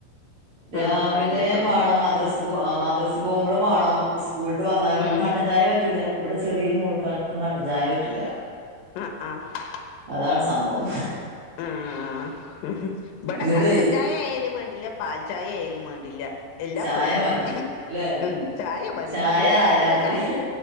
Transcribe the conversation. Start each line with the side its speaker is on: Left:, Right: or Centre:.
Right: രാവിലെ
Left: ആഹ് വണ്ടി സൗണ്ട്
Right: വാണം. മദ്രസ് പോ ആ മദ്രസക് പോകുമ്പോഴും വാണം. ഉസ്കൂള് വിട്ട് വന്നാലും വേണം.
Left: ഉം
Right: കട്ടൻ ചായ പറ്റൂല. ഇവിടെ ചെറിയ മോൾകടക്കം കട്ടൻ ചായ പറ്റൂല.
Left: അ ആഹ.
Right: അതാണ് സംഭവം.
Left: ആഹ മ്മ്ഹ്. ഇവിടെ
Right: ഇങ്ങട്ടേ
Left: കട്ടൻ ചായ ആയാലും വേണ്ടില്ല, പാൽ ചായ ആയാലും വേണ്ട് ഇല്ല. എല്ലാ
Right: ചായ
Left: പോകും.
Right: മതി ല്ലേ
Left: ഉം ചായ മതി
Right: ചായ
Left: മധുര മധുര
Right: ആയാ മതി
Left: ച